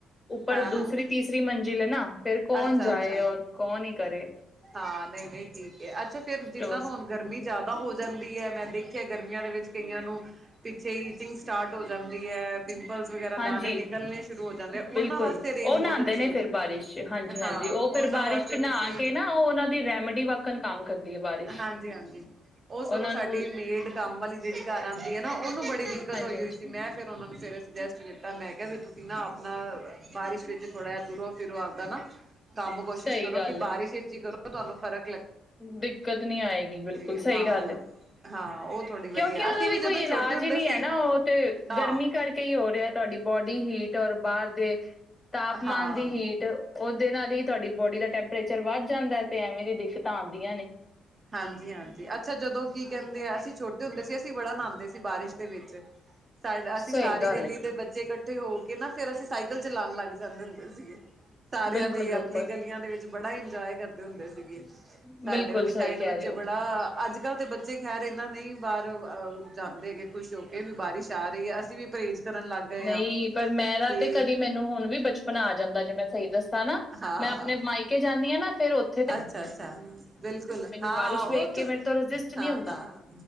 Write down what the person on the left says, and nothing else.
ਉੱਪਰ
ਦੂਸਰੀ
ਤੀਸਰੀ ਮੰਜ਼ਿਲ ਹੈ ਨਾ ਫੇਰ ਕੌਣ
ਜਾਏ
ਔਰ ਕੌਣ ਹੀ ਕਰੇ
ਸਟੋਰ
ਹਾਂਜੀ।
ਬਿਲਕੁਲ
ਉਹ ਨਹਾਂਦੇ
ਨੇ ਫਿਰ
ਬਾਰਿਸ਼ ਹਾਂਜੀ-ਹਾਂਜੀ
ਉਹ ਫਿਰ
ਬਾਰਿਸ਼
ਚ ਨਹਾ
ਕੇ ਨਾ ਉਹ ਉਹਨਾਂ ਦੀ ਰੈਮਡੀ ਵਕਣ ਕੰਮ ਕਰਦੀ ਹੈ ਬਾਰਿਸ਼
ਉਹਨਾਂ
ਨੂੰ
ਹਾਂਜੀ-ਹਾਂਜੀ
ਸਹੀ
ਗੱਲ
ਹੈ
ਦਿੱਕਤ ਨੀ ਆਏਗੀ ਬਿਲਕੁਲ
ਸਹੀ
ਗੱਲ ਹੈ।
ਕਿਉਂਕਿ ਉਹਦਾ
ਵੀ ਕੋਈ
ਇਲਾਜ
ਹੀ ਨਹੀ ਹੈ
ਨਾ ਉਹ ਤੇ
ਗਰਮੀ ਕਰਕੇ ਕਈ ਹੋ ਰਿਹਾ ਤੁਹਾਡੀ ਬੋਡੀ ਹੀਟ ਔਰ ਬਾਹਰ ਦੇ ਤਾਪਮਾਨ
ਦੀ ਹੀਟ ਉਹਦੇ ਨਾਲ ਹੀ ਤੁਹਾਡੀ ਬੋਡੀ ਦਾ ਟੈਂਪਰੇਚਰ ਵੱਧ ਜਾਂਦਾ ਤੇ ਐਵੇਂ ਦੀ ਦਿੱਕਤਾਂ ਆਉਂਦੀਆਂ ਨੇ
ਸਹੀ
ਗੱਲ
ਹੈ
ਬਿਲਕੁਲ-ਬਿਲਕੁਲ
ਬਿਲਕੁਲ
ਬਿਲਕੁਲ
ਸਹੀ
ਕਹਿ
ਰਹੇ ਹੋ
ਨਹੀ
ਪਰ ਮੈਂਰਾ
ਤੇ ਕਦੀ ਮੈਨੂੰ ਹੁਣ ਵੀ ਬਚਪਨ ਆ ਜਾਂਦਾ ਜੇ ਮੈਂ ਸਹੀ ਦੱਸਾਂ ਨਾ।
ਮੈਂ ਆਪਣੇ ਮਾਈਕੇ ਜਾਂਦੀ ਹਾਂ ਨਾ ਫੇਰ ਉੱਥ
ਬਾਰਿਸ਼
ਵੇਖ ਕੇ ਮੇਰੇ ਤੋਂ ਰਜਿਸਟ ਨਹੀਂ
ਹੁੰਦਾ